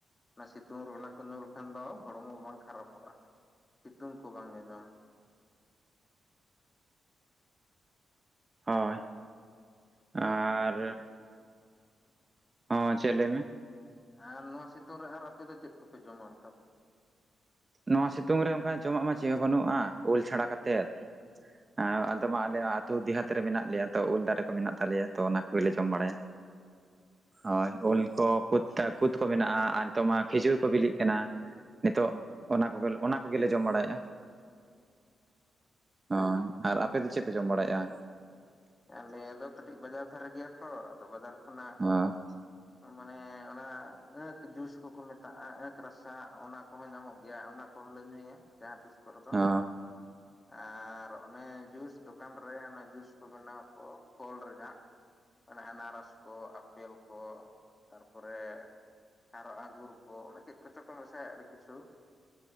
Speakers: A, on the left (about 20°); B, on the right (about 25°).
A: ᱚᱱᱟ ᱥᱤᱛᱩᱝ ᱚᱱᱟ ᱠᱚ ᱧᱩ ᱞᱮᱠᱷᱟᱱ ᱫᱚ ᱦᱚᱲᱢᱚ ᱵᱟᱝ ᱠᱷᱟᱨᱟᱯᱚᱜᱼᱟ᱾ ᱥᱤᱛᱩᱝ ᱠᱚ ᱵᱟᱝ ᱧᱟᱢ ᱧᱟᱢᱟ
B: ᱦᱳᱭ! ᱟᱨ ᱦᱚᱸ ᱪᱮᱫ ᱞᱟᱹᱭ ᱢᱮ?
A: ᱟᱨ ᱱᱚᱣᱟ ᱥᱤᱛᱩᱝ ᱨᱮ ᱟᱨ ᱟᱯᱮ ᱫᱚ ᱪᱮᱫ ᱠᱚᱯᱮ ᱡᱚᱢᱟ ᱚᱱᱠᱟ ᱫᱚ?
B: ᱱᱚᱣᱟ ᱥᱤᱛᱩᱝ ᱨᱮ ᱚᱱᱠᱟ ᱡᱚᱢᱟᱜ ᱢᱟ ᱪᱮᱫ ᱦᱚᱸ ᱵᱟᱹᱱᱩᱜᱼᱟ, ᱩᱞ ᱪᱷᱟᱲᱟ ᱠᱟᱛᱮᱫ᱾ ᱦᱮᱸ ᱟᱫᱚ ᱢᱟ ᱟᱞᱮ ᱟᱹᱛᱩ ᱫᱮᱦᱟᱛ ᱱᱚᱛᱮ ᱨᱮ ᱢᱮᱱᱟᱜ ᱞᱮᱭᱟ ᱛᱚ ᱩᱞ ᱫᱟᱨᱮ ᱠᱚ ᱢᱮᱱᱟᱜ ᱛᱟᱞᱮᱭᱟ ᱛᱚ ᱚᱱᱟ ᱠᱚᱞᱮ ᱡᱚᱢ ᱵᱟᱲᱟᱭᱟ᱾ ᱦᱳᱭ ᱩᱞ ᱠᱚ ᱠᱩᱫ ᱠᱚ ᱢᱮᱱᱟᱜᱼᱟ ᱟᱨ ᱛᱚᱢᱟ ᱠᱷᱤᱡᱩᱨ ᱠᱚ ᱵᱤᱞᱤᱜ ᱠᱟᱱᱟ ᱱᱤᱛᱚᱜ ᱚᱱᱟ ᱠᱚᱜᱮᱞ ᱚᱱᱟ ᱠᱚᱜᱮᱞᱮ ᱡᱚᱢ ᱵᱟᱲᱟᱭ ᱦᱳ ᱟᱯᱮ ᱫᱚ ᱪᱮᱫ ᱯᱮ ᱡᱚᱢ ᱵᱟᱲᱟᱭᱮᱜᱼᱟ
A: ᱟᱞᱮ ᱫᱚ ᱠᱟᱹᱴᱤᱡ ᱵᱟᱡᱟᱨ ᱫᱷᱟᱨᱮ ᱜᱮᱭᱟ ᱛᱚ ᱟᱫᱚ ᱵᱟᱡᱟᱨ ᱠᱷᱚᱱᱟᱜ
B: ᱦᱮᱸ
A: ᱢᱟᱱᱮ ᱚᱱᱟ ᱟᱸᱠ ᱡᱩᱥ ᱠᱚᱠᱚ ᱢᱮᱛᱟᱜᱼᱟ ᱟᱸᱠ ᱨᱟᱥᱟ ᱚᱱᱟ ᱠᱚᱦᱚᱸ ᱧᱟᱢᱚᱜ ᱜᱮᱭᱟ ᱚᱱᱟ ᱠᱚᱦᱚᱸ ᱞᱮ ᱧᱩᱭᱟ ᱡᱟᱦᱟᱸ ᱛᱤᱥ ᱠᱚᱨᱮ ᱫᱚ
B: ᱦᱚ
A: ᱟᱨ ᱚᱱᱮ ᱡᱩᱥ ᱫᱚᱠᱟᱱ ᱨᱮ ᱡᱩᱥ ᱠᱚ ᱵᱮᱱᱟᱣᱚ ᱯᱷᱚᱞ ᱨᱮᱭᱟᱜ ᱢᱟᱱᱮ ᱟᱱᱟᱨᱚᱥ ᱠᱚ ᱟᱯᱮᱞ ᱠᱚ ᱛᱟᱨᱯᱚᱨᱮ ᱟᱨ ᱟᱸᱜᱩᱨ ᱠᱚ ᱚᱱᱮ ᱪᱮᱫ ᱠᱚᱪᱚ ᱠᱚ ᱢᱮᱥᱟᱭᱟ ᱟᱹᱰᱤ ᱠᱤᱪᱷᱩ